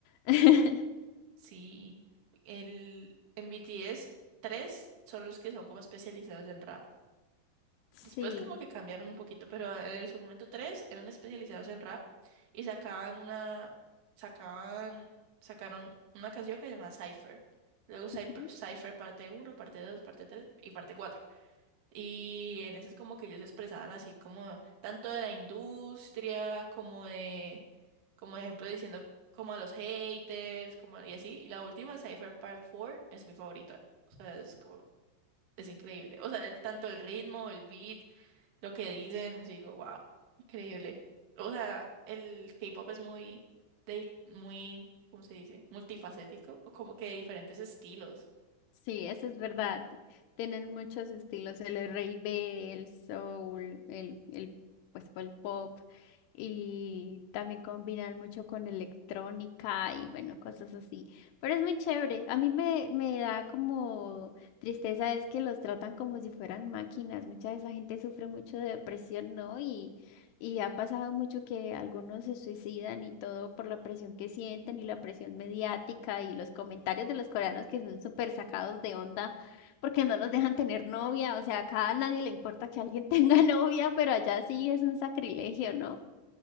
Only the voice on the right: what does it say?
<laughs> Sí, el, en B T S tres son los que son como especializados en rap.
Después como que cambiaron un poquito, pero en su momento tres eran especializados en rap y sacaban una, sacaban, sacaron una canción que se llamaba Cypher. Luego Cypher,
Cypher parte uno parte 2 parte 3 y parte cuatro Y en ese es como que ellos se expresaban así como tanto de la industria como de, como ejemplo diciendo como a los haters, como y así. Y la última, Cypher Part 4, es mi favorita. O sea, es como, es increíble. O sea, el, tanto el ritmo, el beat lo que dicen, yo digo, wow, increíble. O sea, el K-pop es muy, de, muy, ¿cómo se dice? Multifacético, o como que de diferentes estilos.